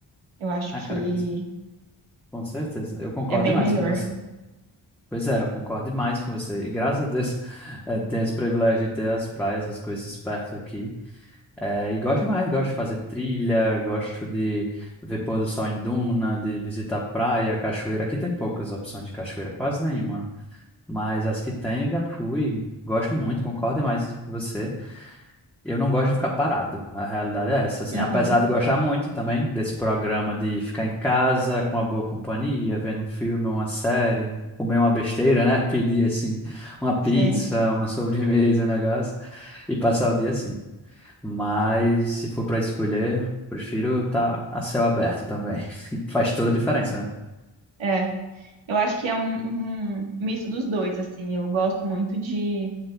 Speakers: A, on the right (about 80°); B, in the centre.
A: Eu acho
B: ah
A: que
B: cara, com, com certeza, eu concordo
A: é bem
B: demais
A: melhor.
B: com você. Pois é, eu concordo demais com você. E graças a Deus <laughs> eh, tenho esse privilégio de ter as praias, as coisas perto aqui. Eh, e gosto demais, gosto de fazer trilha, gosto de ver pôr do sol em duna, de visitar praia, cachoeira. Aqui tem poucas opções de cachoeira, quase nenhuma. Mas as que tem eu já fui. Gosto muito, concordo demais com você. Eu não gosto de ficar parado. A realidade é essa, assim,
A: Uhum,
B: apesar de gostar muito também desse programa de ficar em casa com uma boa companhia, vendo um filme, uma série, comer uma besteira, né? <laughs> Pedir assim uma pizza,
A: sim,
B: uma sobremesa, um negócio e passar o dia assim. Mas se for para escolher, prefiro estar a céu aberto também. <laughs> Faz toda a diferença, né?
A: é. Eu acho que é um, um misto dos dois, assim. Eu gosto muito de